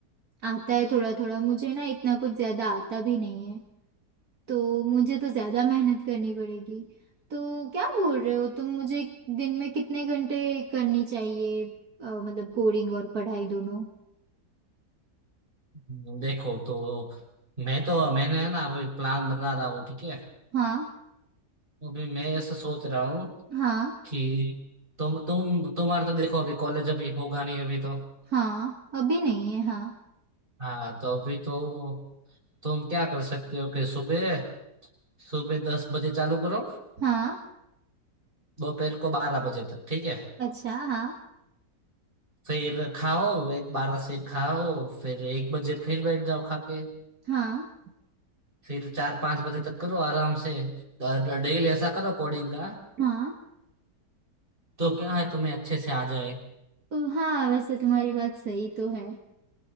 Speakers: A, on the right; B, on the right.
A: आता है थोड़ा थोड़ा मुझे ना इतना कुछ ज्यादा आता भी नहीं है तो मुझे तो ज्यादा मेहनत करनी पड़ेगी तो क्या बोल रहे हो तुम मुझे दिन में कितने घंटे करनी चाहिए अ, मतलब कोडिंग और पढ़ाई दोनों
B: हम्म, देखो तो मैं तो मैंने है ना अभी प्लान बना रहा हूँ ठीक है
A: हाँ
B: तो अभी मैं ऐसा सोच रहा हूँ
A: हाँ
B: कि तुम तुम तुम्हारा तो देखो अभी कॉलेज अभी होगा नहीं अभी तो
A: हाँ अभी नहीं है हाँ
B: हाँ तो अभी तो तुम क्या कर सकते हो कि सुबह सुबह दस बजे चालू करो
A: हाँ
B: दोपहर को बारह बजे तक ठीक है
A: अच्छा हाँ
B: फिर खाओ एक बारह से खाओ फिर एक बजे फिर बैठ जाओ खा के
A: हाँ
B: फिर चार पाँच बजे तक करो आराम से डेली ऐसा करो कोडिंग का
A: हाँ
B: तो क्या है तुम्हें अच्छे से आ जाए
A: तो हाँ वैसे तुम्हारी बात सही तो है